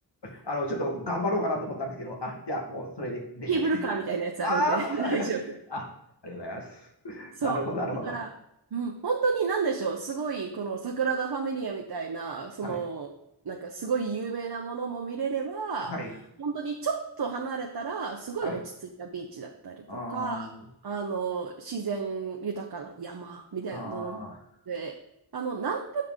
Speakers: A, on the left (about 80°); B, on the right (about 65°).
A: あの、ちょっと頑張ろうかなと思ったんですけど、あ、じゃあ、もうそれで、電車でしたね。
B: ケーブルカーみたいなやつあるんで、
A: あー
B: <laughs> 大丈夫です。
A: <laughs> あ、ありがとうございます。
B: そう。
A: なるほど、なるほど。
B: だから、うん、本当に何でしょう、すごい、このサグラダ・ファミリアみたいな、その、
A: はい、
B: なんかすごい有名なものも見れれば、
A: はい、
B: 本当にちょっと離れたら、すごい落ち着いたビーチだったりとか、
A: はい。あー、
B: あの、自然豊かな山みたいなものもで、
A: あー、
B: あの、何で